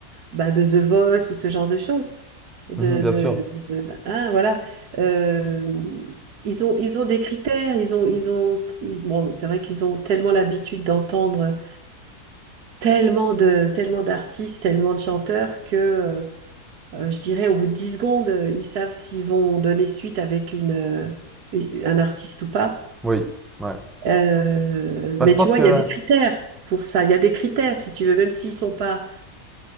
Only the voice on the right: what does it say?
bah, de The Voice ou ce genre de choses. De,
de,
de- de- hein, voilà. Euh, ils ont, ils ont des critères, ils ont, ils ont, ils- bon, c'est vrai qu'ils ont tellement l'habitude d'entendre tellement de, tellement d'artistes, tellement de chanteurs que, euh, euh, je dirais, au bout de 10 secondes, euh, ils savent s'ils vont donner suite avec une, euh, une- un artiste ou pas.
Euh,
mais
tu vois,
il
y a des critères pour ça. Il y a des critères, si tu veux, même s'ils sont pas,